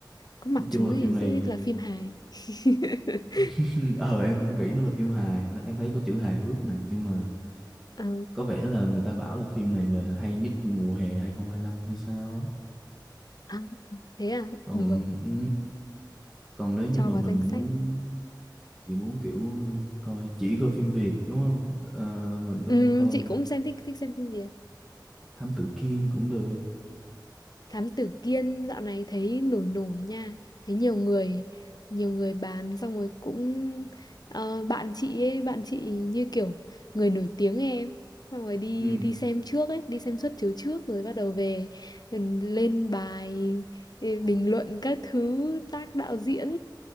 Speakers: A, on the left (about 55°); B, in the centre.
A: Có mặt
B: nói
A: chú
B: chung là
A: thì
B: phim này
A: dễ là phim hài. <laughs>
B: <laughs> ờ em cũng nghĩ nó là phim hài nó em thấy có chữ hài hước nè nhưng mà
A: Ờ,
B: có vẻ là người ta bảo là phim này là hay nhất mùa hè hai không hai lăm hay sao á
A: à, thế à?
B: còn
A: Được,
B: ừ, còn nếu như
A: cho
B: mà
A: vào
B: mình
A: danh sách.
B: muốn chỉ muốn kiểu ờ, coi chỉ coi phim Việt đúng không Ờ, mình có
A: Ừ,
B: thể coi
A: chị cũng xem thích thích xem phim Việt.
B: Thám Tử Kiên cũng được
A: Thám tử Kiên dạo này thấy nổi nổi nha thấy nhiều người nhiều người bán xong rồi cũng ờ, bạn chị ấy bạn chị như kiểu người nổi tiếng ấy em xong rồi đi
B: ừ.
A: đi xem trước ấy đi xem suất chiếu trước rồi bắt đầu về ừ, lên bài ừ, bình luận các thứ tác đạo diễn